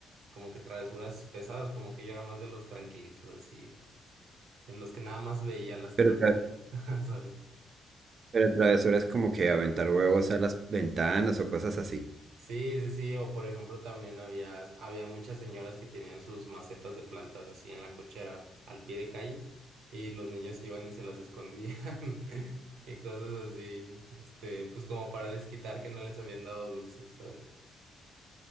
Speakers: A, on the right (about 80°); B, on the right (about 45°).
A: como que travesuras pesadas, como que yo era más de los tranquilitos así, de los que nada más veía las
B: Pero
A: travesuras, <laughs> ¿sabes?
B: Pero travesuras como que aventar huevos a las ventanas o cosas así.
A: Sí, sí, sí, o por ejemplo también había, había muchas señoras que tenían sus macetas de plantas así en la cochera, al pie de calle, y los niños iban y se las escondían <laughs> y cosas así, este, pues como para desquitar que no les habían dado dulces, ¿sabes?